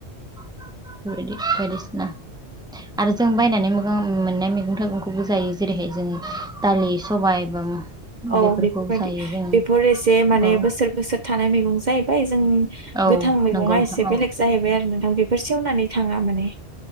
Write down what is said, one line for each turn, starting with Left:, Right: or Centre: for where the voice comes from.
Centre: <unintelligible> आरो जों बायनानै मोगा मोननाय मैगं-थाइगंखौबो जायो जेरैहाय जों दालि सबाय बा
Right: औ
Centre: बेफोरखौ
Right: बेफोरबायदि
Centre: जायो जोङो
Right: बेफोर एसे माने
Centre: औ
Right: बोसोर-बोसोर थानाय मैगं जायो। उम
Centre: औ
Right: गोथां मैगङा
Centre: नंगौ नोंथां
Right: एसे
Centre: औ
Right: बेलेग जाहैबाय आरो नोंथां बेफोर सेवनानै थाङामोन